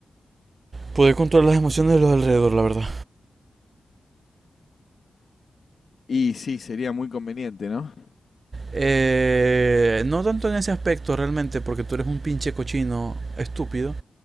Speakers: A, on the right (about 45°); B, on the left (about 60°).
A: poder controlar las emociones de los alrededor, la verdad.
B: Y sí, sería muy conveniente, ¿no?
A: Eh, no tanto en ese aspecto realmente, porque tú eres un pinche cochino estúpido,